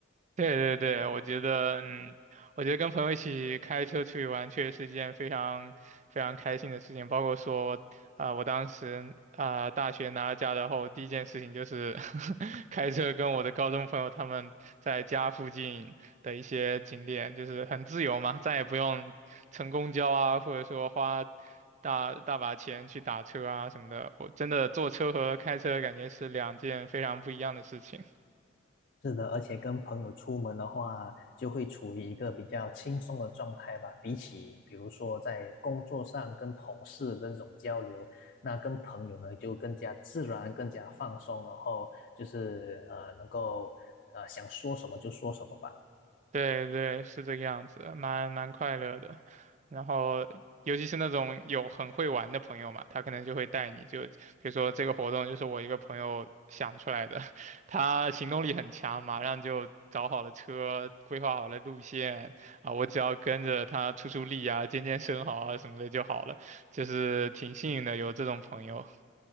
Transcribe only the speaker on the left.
是的，而且跟朋友出门的话，就会处于一个比较轻松的状态吧。比起比如说在工作上跟同事的这种交流，那跟朋友呢就更加自然、更加放松，然后就是呃能够呃想说什么就说什么吧。